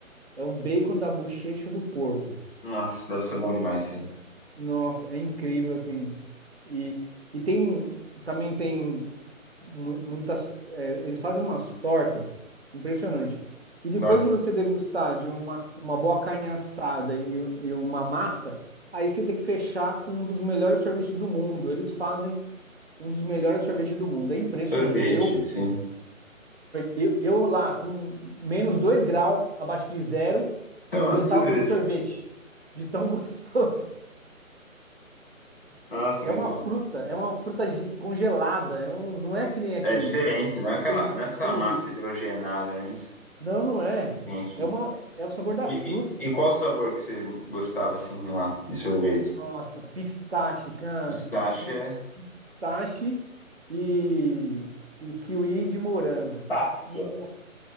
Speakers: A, on the right; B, on the left.
A: É um bacon da bochecha do porco.
B: Nossa, deve ser bom demais, sim.
A: Nossa, é incrível assim. E, e tem também tem mu- muitas. é, eles fazem umas tortas impressionante. E depois
B: Torta.
A: de você degustar de uma, uma boa carne assada e, e uma massa, aí você tem que fechar com um dos melhores sorvetes do mundo. Eles fazem um dos melhores sorvetes do mundo. É impressionante.
B: Sorvete,
A: Eu
B: sim.
A: Eu, eu lá, com menos 2 graus, abaixo de zero,
B: <laughs> Tomando
A: eu
B: sorvete.
A: tava tomando sorvete. De tão <laughs> gostoso.
B: Nossa,
A: É
B: muito
A: uma
B: bom.
A: fruta, é uma fruta ge- congelada. É um, não é que nem aqui.
B: É diferente, não é
A: Só
B: aquela,
A: tem,
B: não é essa
A: só tem
B: massa
A: leite.
B: hidrogenada, né? Isso
A: Não, não é.
B: que tem aqui.
A: É uma, é o sabor da
B: E,
A: fruta.
B: e- e qual o sabor que você gostava, assim, lá, de sorvete?
A: Nossa, pistache, cara.
B: Pistache
A: Não,
B: é
A: Pistache e, e kiwi de morango.
B: tá aqui,
A: No-
B: ó.